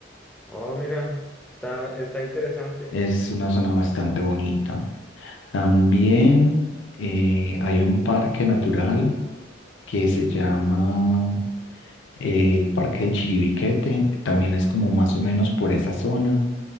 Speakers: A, in the centre; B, on the left (about 75°).
A: Oh, mira, está, está interesante.
B: Es una zona bastante bonita. También eh, hay un parque natural que se llama el Parque del Chiribiquete, también es como más o menos por esa zona,